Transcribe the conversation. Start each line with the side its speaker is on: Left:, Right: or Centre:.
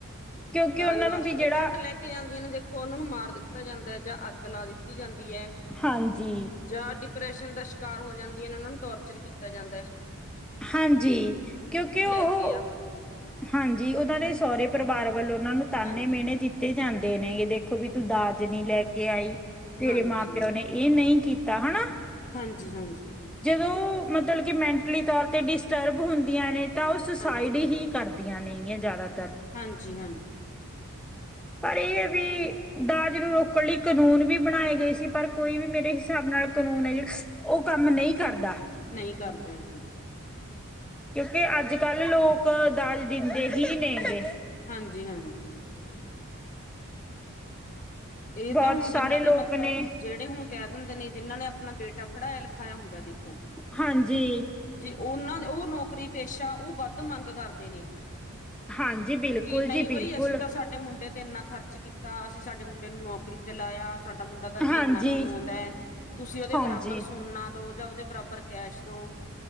Centre: ਕਿਉਂਕਿ
Left: ਦਾਜ
Centre: ਉਹਨਾਂ
Left: ਵਾਸਤੇ,
Centre: ਨੂੰ ਵੀ
Left: ਜੇ
Centre: ਜਿਹੜਾ
Left: ਘੱਟ ਲੈ ਕੇ ਜਾਂਦੀਆਂ ਨੇ ਦੇਖੋ ਉਹਨਾਂ ਨੂੰ ਮਾਰ ਦਿੱਤ ਤਾ ਜਾਂਦਾ ਐ ਜਾਂ ਅੱਗ ਲਾ ਦਿੱਤੀ ਜਾਂਦੀ ਐ।
Centre: ਹਾਂਜੀ
Left: ਜਾਂ ਡਿਪ ਪਰੈਂਸ਼ਨ ਦਾ ਸ਼ਿਕਾਰ ਹੋ ਜਾਂਦੀਆਂ ਨੇ, ਓਹਨਾਂ ਨੂੰ ਟੋਰਚਰ ਕੀਤਾ ਜਾਂਦਾ ਐ।
Centre: ਹਾਂਜੀ ਕਿਉਂਕਿ ਓਹੋ
Left: ਕੇ ਆ
Centre: ਹਾਂਜੀ, ਉਹਨਾਂ ਦੇ ਸੋਹਰੇ ਪਰਵਾਰ ਵੱਲੋਂ ਉਹਨਾਂ ਨੂੰ ਤਾਨੇ
Left: ਹਾਂਜੀ
Centre: ਮੇਣੇੇ ਦਿੱਤੇ ਜਾਂਦ ਦੇ ਨੇਂਗੇ, ਦੇਖੋ ਵੀ ਤੂੰ ਦਾਜ ਨ ਲੈ ਕੇ ਆਈ, ਤੇਰੇ
Left: ਹਾਂਜੀ
Centre: ਮਾਂ ਪਿਓ ਨੇ ਇਹ ਨਹੀਂ ਕੀਤਾ, ਹਣਾ।
Left: ਹਾਂਜੀ ਹਾਂਜੀ
Centre: ਜਦੋਂ ਮਤਲਬ ਕਿ ਮੈਂਟਲੀ ਤੌਰ ਤੇ ਡਿਸਟਰਬ ਹੁੰਦ ਆਂ ਨੇ ਤਾਂ ਉਹ ਸੁਸਾਈਡ
Left: ਹਾਂਜੀ
Centre: ਹੀ ਕਰਦੀਆਂ ਨੇਂਗੀਆਂ ਜ਼ਿਆਦਾ
Left: ਹਾਂਜੀ ਹਾਂਜੀ।
Centre: ਪਰ ਇਹ ਐ ਵੀ ਦਾਜ ਨੂੰ ਰੋਕਣ ਲਈ ਕਨੂੰਨ ਵੀ ਬਣਾਏ ਗਏ ਸੀ, ਪਰ ਕੋਈ ਵੀ ਮੇਰੇ ਹਿਸਾਬ ਨਾਲ ਕਨੂੰਨ ਐ ਜਿਹੜਾ ਉਹ ਕੰਮ ਨਹੀਂ ਕਰਦਾ।
Left: ਨਹੀਂ ਕਰਦਾ ਜੀ।
Centre: ਕਿਉਂਕਿ ਅੱਜ ਕੱਲ ਲੋਕ ਦਾਜ ਦਿੰਦੇ ਹੀ ਨੇ ਗੇ
Left: ਹਾਂਜੀ ਹਾਂਜੀ ਇਹ
Centre: ਬਹੁਤ
Left: ਤਾਂ ਹੁਣ
Centre: ਸਾਰੇ
Left: ਜਿੰਹਨਾਂ ਦੇ
Centre: ਲੋਕ
Left: ਮਤਲਬ
Centre: ਨੇ
Left: ਜਿਹੜੇ ਹੁਣ ਕਹਿ ਦਿੰਦੇ ਨੇ, ਜਿਹਨਾਂ ਨੇ ਆਪਣਾ ਬੇਟਾ ਪੜਾਇਆ ਲਖਾਇਆ ਹੁੰਦਾ ਜੀ
Centre: ਹਾਂਜੀ।
Left: ਉਹਨਾਂ ਦੇ, ਉਹ ਨੌਕਰੀ ਪੇਸ਼ਾ, ਉਹ ਵੱਧ ਮੰਗ ਕਰਦੇ ਨੇ।
Centre: ਹਾਂਜੀ ਬਿਲਕੁਲ
Left: ਕੀ ਨਹੀਂ
Centre: ਜੀ ਬਿਲਕੁਲ
Left: ਬਈ ਅਸੀਂ ਤਾਂ ਸਾਡੇ ਮੁੰਡੇ ਤੇ ਇੰਨਾ ਖਰਚ ਕੀਤਾ ਅਸੀਂ ਸਾਡੇ ਮੁੰਡੇ ਨੂੰ ਨੌਕਰੀ ਤੇ ਲਾਇਆ, ਸਾਡਾ ਮੁੰਡਾ ਤਾਂ ਜੀ
Centre: ਹਾਂਜੀ
Left: ਇੰਨਾ ਕਮਾਉਂਦਾ ਐ, ਤੁਸੀਂ ਉਹਦੇ
Centre: ਹਾਂਜੀ
Left: ਬਰਾਬਰ ਸੋਨਾ ਦੋ ਜਾਂ ਉਹਦੇ ਬਰਾਬਰ ਕੈਸ਼ ਦੋ।